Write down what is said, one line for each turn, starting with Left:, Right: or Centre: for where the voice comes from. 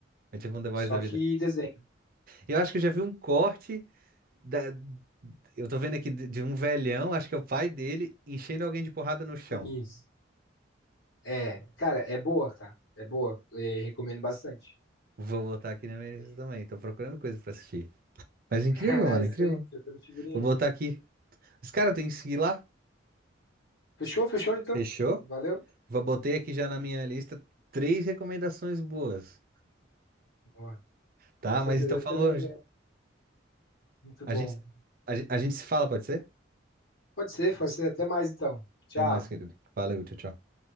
Right: É tipo um The Voice
Left: só
Right: da vida.
Left: que desenho.
Right: Eu acho que eu já vi um corte da... Eu tô vendo aqui de de um velhão, acho que é o pai dele, enchendo alguém de porrada no chão.
Left: Isso. É, cara, é boa, tá? É boa. É, recomendo bastante.
Right: Vou botar aqui na
Left: <laughs>
Right: minha lista também. Tô procurando coisa pra assistir. Mas incrível,
Left: É
Right: mano,
Left: isso
Right: incrível.
Left: aí, trocando figurinha.
Right: Vou botar aqui. Os caras têm que seguir lá.
Left: Fechou, fechou então?
Right: Fechou?
Left: Valeu?
Right: Vou botei aqui já na minha lista três recomendações boas.
Left: Ó,
Right: Tá?
Left: Com certeza,
Right: Mas então
Left: eu
Right: falou.
Left: também já. Muito
Right: A
Left: bom.
Right: gente, a, gente- a gente se fala, pode ser?
Left: Pode ser, pode ser. Até mais então. Tchau.
Right: Até mais, querido. Valeu, tchau, tchau.